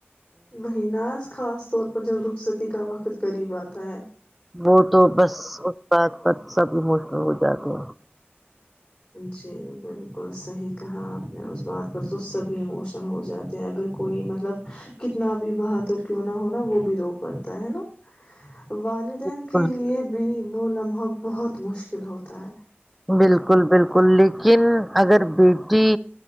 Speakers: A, on the left (about 40°); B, in the centre.
A: وہی نا خاص طور پر جب رخصت کا وقت قریب آتا ہے
B: وہ تو بس اس بد سب بھی موسم ہو جاتے ہیں
A: جی بالکل صحیح کہا آپ نے اس بات پر تو سبھی اموشنل ہو جاتے ہیں اگر کوئی مطلب کتنا بھی بہادر کیوں نہ ہونا وہ بھی رو پڑتا ہے نا والدین
B: بالکل
A: کے لیے بھی وہ لمحہ بہت مشکل ہوتا ہے
B: بالکل لیکن اگر بیٹی